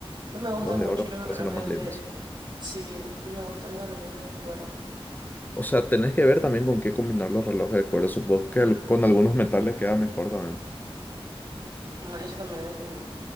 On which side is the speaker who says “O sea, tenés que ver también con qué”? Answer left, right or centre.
Left